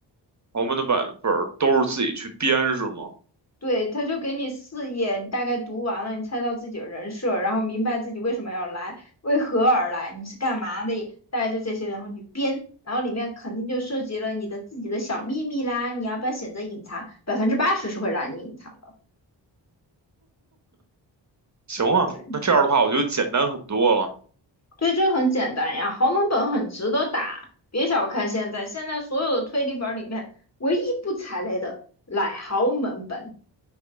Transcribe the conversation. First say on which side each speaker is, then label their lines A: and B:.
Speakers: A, on the right (about 40°); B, on the left (about 35°).
A: 豪门的版本儿都是自己去编是吗？
B: 对，他就给你四页，你大概读完了，你猜到自己的人设，然后明白自己为什么要来，为何而来，你是干嘛的，大概就这些，然后你编，然后里面肯定就涉及了你的自己的小秘密啦，你要不要选择隐藏？百分之八十是会让你隐藏的。
A: 行啊，
B: 对。
A: 那这样的话我觉得简单很多了，
B: 对，这个很简单呀，豪门本很值得打。别小看现在，现在所有的推理本里面，唯一不踩雷的乃豪门本。